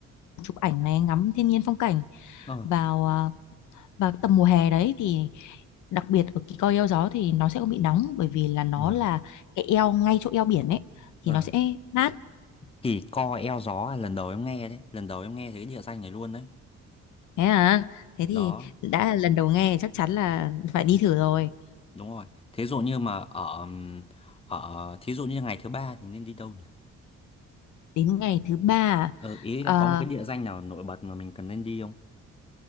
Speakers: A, on the left; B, on the left.
A: chụp ảnh này ngắm thiên nhiên phong cảnh
B: ờ,
A: vào à, vào tầm mùa hè đấy thì đặc biệt ở cái coi eo gió thì nó sẽ không bị nóng bởi vì là nó
B: ờ,
A: là cái eo ngay chỗ eo biển ấy
B: ờ.
A: thì nó sẽ mát
B: Kỳ co eo gió là lần đầu em nghe đấy, lần đầu em nghe thấy địa danh này luôn đấy.
A: thế à thế
B: Đó,
A: thì đã là lần đầu nghe chắc chắn là phải đi thử rồi
B: đúng rồi. Thí dụ như mà ở ừm, ở thí dụ như ngày thứ ba thì nên đi đâu nhỉ?
A: đến ngày thứ ba
B: Ờ, ý
A: à,
B: là có một cái địa danh nào nổi bật mà mình cần nên đi không?